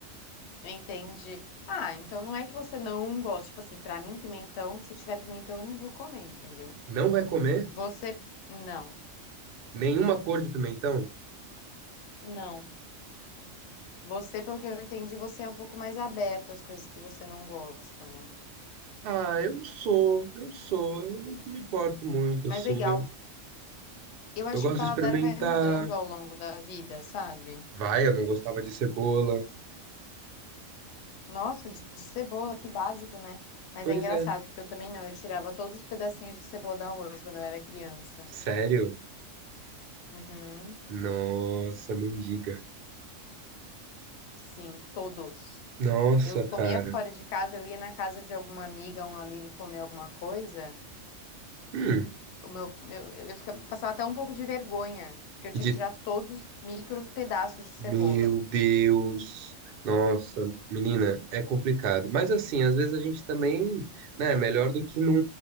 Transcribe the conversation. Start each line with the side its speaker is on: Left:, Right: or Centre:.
Left: entendi. Ah, então não é que você não gosta. Tipo assim, pra mim, pimentão, se tiver pimentão, eu não vou comer, entendeu?
Right: Não vai comer
Left: Você, não.
Right: nenhuma cor de pimentão?
Left: Não. Você, pelo que eu entendi, você é um pouco mais aberto às coisas que você não gosta, né?
Right: Ah, eu sou, eu sou, eu não me importo muito,
Left: Mas
Right: assim,
Left: legal.
Right: eu,
Left: Eu acho
Right: eu gosto
Left: que o paladar
Right: de experimentar.
Left: vai mudando ao longo da vida, sabe?
Right: Vai, eu não gostava de cebola.
Left: Nossa, de de cebola, que básico, né? Mas
Right: Pois
Left: é engraçado,
Right: é,
Left: porque eu também não. Eu tirava todos os pedacinhos de cebola do arroz quando eu era criança.
Right: sério?
Left: Uhum.
Right: Nossa, não diga.
Left: Sim, todos.
Right: Nossa,
Left: Eu comia
Right: cara.
Left: fora de casa, eu ia na casa de alguma amiga, um amigo comer alguma coisa.
Right: Hum,
Left: O meu, meu- eu ficava, eu passava até um pouco de vergonha, porque eu tinha
Right: de
Left: que tirar todos os micro pedaços de cebola.
Right: Meu Deus. Nossa, menina, é complicado. Mas assim, às vezes a gente também, né, é melhor do que não,